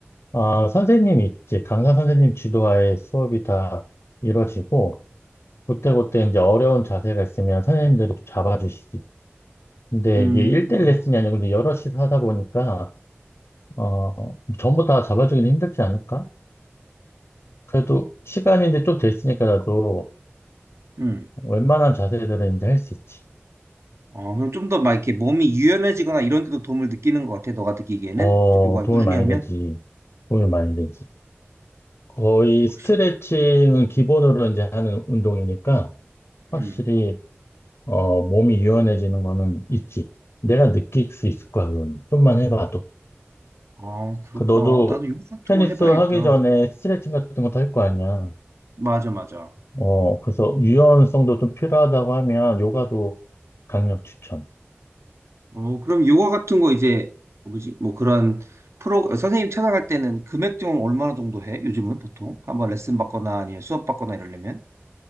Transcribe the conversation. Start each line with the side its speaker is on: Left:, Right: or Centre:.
Left: 아, 선생님 있지. 강사 선생님 지도하에 수업이 다 이루어지고, 그때그때 이제 어려운 자세가 있으면 선생님들이 좀 잡아주시지. 근데
Right: 음,
Left: 이게 1대1 레슨이 아니고 이제 여럿이 하다 보니까, 어, 전부 다 잡아주기는 힘들지 않을까? 그래도 시간이 이제 좀 됐으니까 나도
Right: 음.
Left: 웬만한 자세들은 이제 할 수 있지.
Right: 어, 그럼 좀 더 막 이렇게 몸이 유연해지거나 이런 데도 도움을 느끼는 것 같아, 너가 느끼기에는?
Left: 어,
Right: 요가
Left: 도움이
Right: 꾸준히
Left: 많이
Right: 하면?
Left: 되지. 도움이 많이 되지. 거의
Right: 확실히.
Left: 스트레칭은 기본으로 이제 하는 운동이니까 확실히
Right: 응.
Left: 어, 몸이 유연해지는 거는 있지. 내가 느낄 수 있을 거야, 그건. 좀만 해봐도.
Right: 아, 그렇구나.
Left: 그 너도
Right: 나도 요가 같은
Left: 테니스
Right: 거 해봐야겠다.
Left: 하기 전에 스트레칭 같은 것도 할 거 아니야.
Right: 맞아, 맞아.
Left: 어, 그래서 유연성도 좀 필요하다고 하면 요가도 강력 추천.
Right: 어, 그럼 요가 같은 거 이제, 뭐지? 뭐 그런 프로, 선생님 찾아갈 때는 금액 좀 얼마나 정도 해? 요즘은 보통? 한번 레슨 받거나 아니면 수업 받거나 이러려면?